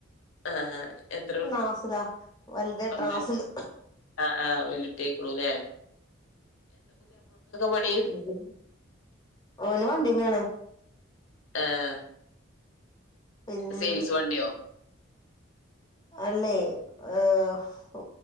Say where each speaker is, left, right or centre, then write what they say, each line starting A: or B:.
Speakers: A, on the left; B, on the left.
A: ആഹ് എത്ര കുട്ടി
B: ക്ലാസ്സിലാ വലുത് എട്ടാം
A: ഒന്ന്
B: ക്ലാസ്സില്
A: ആഹ് ആഹ് വല്യൊട്ടിആയിരിക്കുണ് ല്ലേ പണി
B: മം ഓല് വണ്ടി മെയാണ്
A: ആഹ്
B: പിന്നെ
A: സെയിൽസ് വണ്ടിയോ
B: അല്ലേ ആഹ്